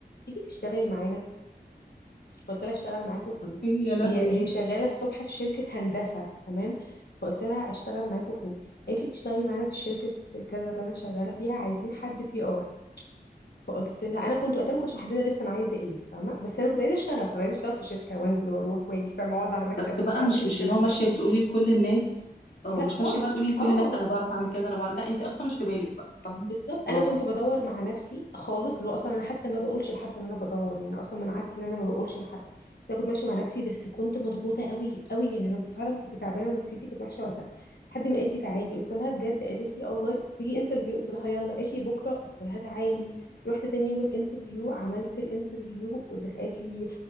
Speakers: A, on the left; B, on the left.
A: تيجي تشتغلي معانا فقلت لها اشتغل معاكوا فين
B: يا لهوي
A: هي هي شغاله الصبح في شركه هندسه تمام فقلت لها اشتغل معاكوا فين قالت لي تشتغلي معانا في شركه كذا اللي انا شغاله فيها عايزين حد بي ار فقلت لها انا كنت وقتها ما كنتش محدده لسه انا عايزه ايه فاهمه بس انا كنت عايزه اشتغل انا عايزه اشتغل في شركه وانزل واروح واجي فاهمه اقعد على مكتب
B: بس
A: ومش
B: بقى
A: عارفه
B: مش
A: ايه والكلام
B: مش اللي هو ماشية
A: ده
B: تقولي لكل الناس اه
A: لا
B: مش
A: خالص
B: ماشية بقى تقولي لكل
A: اه
B: الناس انا بعرف اعمل كذا انا بعرف لا انت اصلا مش في بالك بقى فاهمة
A: بالظبط
B: خلاص
A: انا كنت بدور مع نفسي خالص لو اصلا انا حتى ما بقولش لحد ان انا بدور يعني أنا اصلا من عادتي ان انا ما بقولش لحد بس انا كنت ماشيه مع نفسي بس كنت مضغوطه قوي قوي يعني انا فعلا كنت تعبانه ونفسيتي كانت وحشه وقتها لحد ما قالت لي تعالي قلت لها بجد قالت لي اه والله تيجي انترفيو قلت لها يلا قالت لي بكره قلت لها تعالي رحت تاني يوم الانترفيو عملت الانترفيو ودخ- قالت لي